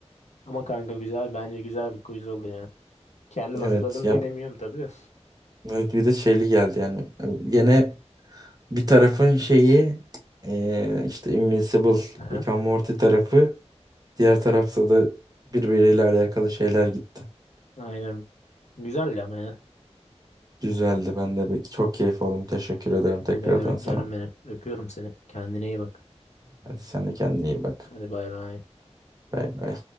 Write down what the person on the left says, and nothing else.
Ama kanka güzel bence güzel bir quiz oldu ya. Kendim
hazırladım
diye demiyorum tabii. de.
Aha.
Aynen. Güzel ama ya.
Ne demek
canım benim. Öpüyorum seni. Kendine iyi bak.
Hadi bay bay.